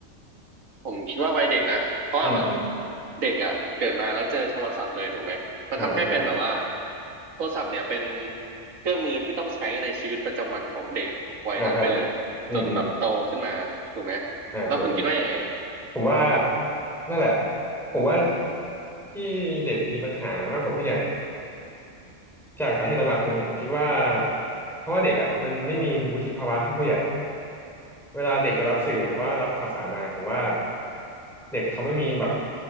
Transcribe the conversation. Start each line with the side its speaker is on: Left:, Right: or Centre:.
Right: ผมคิดว่าวัยเด็กนะเพราะว่าแบบ
Centre: อืมอืม
Right: เด็กอ่ะเกิดมาแล้วเจอโทรศัพท์เลยถูกไหมมันทำให้เป็นแบบว่า
Centre: อ่าใช่
Right: โทรศัพท์เนี่ยเป็นเครื่องมือที่ต้องใช้ในชีวิตประจำวันของเด็กวัยนั้นไปเลยจนแบบโตขึ้นมาถูกไหม
Centre: อ่าครับอืมอืมอ่าถูกถูก
Right: แล้วคุณคิดว่ายังไงอ่ะ
Centre: ผมว่านั่นแหละผมว่าที่เด็กมีปัญหามากกว่าผู้ใหญ่เนี่ยจากสาเหตุหลักๆเลยผมคิดว่าเพราะว่าเด็กอ่ะมันไม่มีวุฒิภาวะเท่าผู้ใหญ่เวลาเด็กจะรับสื่อหรือว่ารับข่าวสารมาผมว่า
Right: อืม
Centre: เด็กเขาไม่มีแบบ